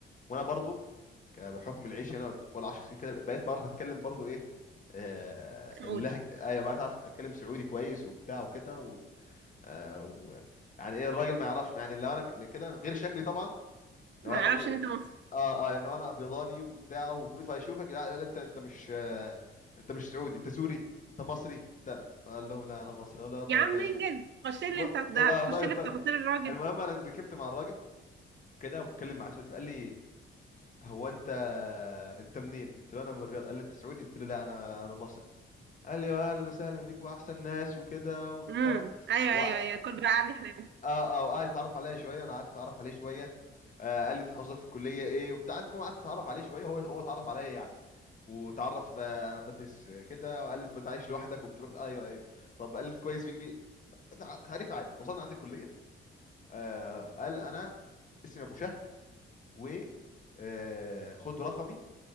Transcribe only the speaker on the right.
سعودي
ما أعرفش
إن أنت مصري
يا عم
انجز خش لي
أنت ده
هتخش
لي
في تفاصيل الراجل
امم أيوه
أيوه
أيوه كنت بقى علي حلال